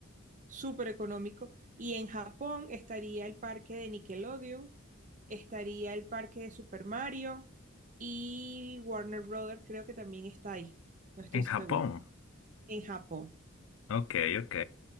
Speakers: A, on the right; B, on the left.
A: súper económico. Y en Japón estaría el parque de Nickelodeon, estaría el parque de Super Mario y Warner Brothers creo que también está ahí, no estoy
B: En Japón.
A: seguro, en Japón.
B: Ok, ok.